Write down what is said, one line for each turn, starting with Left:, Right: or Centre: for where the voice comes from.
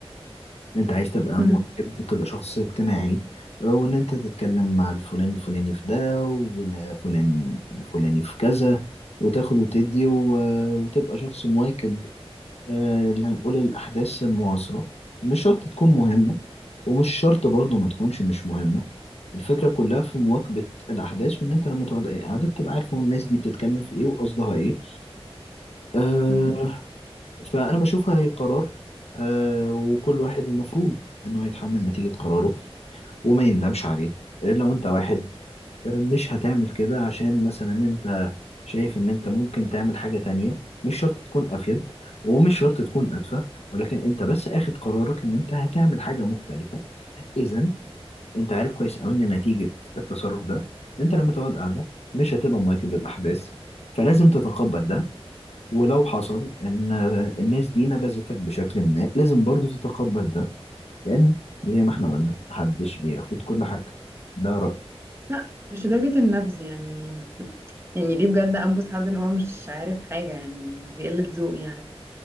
Left: ان انت عايز تبقى
Right: م-
Left: مواكب وتبقى شخص اجتماعي آه، وان انت تتكلم مع الفلان الفلاني في ده والفلان الفلاني في كذا وتاخد وتدي و- وتبقى شخص مواكب آه، اللي هنقول الأحداث المعاصرة مش شرط تكون مهمة ومش شرط برضه ما تكونش مش مهمة الفكرة كلها في مواكبة الأحداث وإن أنت لما تقعد أي قعدة بتبقى عارف هو الناس دي بتتكلم في إيه وقصدها إيه أه
Right: م.
Left: فأنا بشوفها هي قرار أه وكل واحد المفروض إنه يتحمل نتيجة قراره وما يندمش عليه لو أنت واحد مش هتعمل كده عشان مثلا انت شايف ان انت ممكن تعمل حاجة تانية مش شرط تكون افيد ومش شرط تكون ادفع ولكن انت بس اخد قرارك ان انت هتعمل حاجة مختلفة اذا انت عارف كويس قوي ان نتيجة التصرف ده ان انت لما تقعد قاعدة مش هتبقى مواكب للاحداث فلازم تتقبل ده ولو حصل ان الناس دي نبذتك بشكل ما لازم برضو تتقبل ده لان زي ما احنا قلنا محدش بياخد كل حاجة ده رأيي
Right: لا مش لدرجة النبذ يعني يعني ليه بجد أنبس حد إن هو مش عارف حاجة يعني دي قلة ذوق يعني